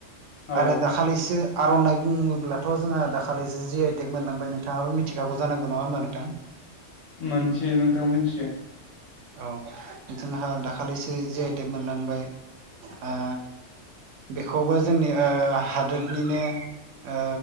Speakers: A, on the left; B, on the right.
A: औ
B: आरो दाखालिसो आर'नाइ बुङोब्लाथ' जोंहा दाखालिसो जि आइ टेक मोनलांबाय नोंथाङाबो मिथिखागौ जांनांगौ नङा होमबा नोंथां!
A: मोनथियो नोंथां मोनथियो
B: औ जोंहा दाखालिसो जि आइटेक मोनलांबाय ओ बेखौबो जोंनि ओ हादोरनिनो ओ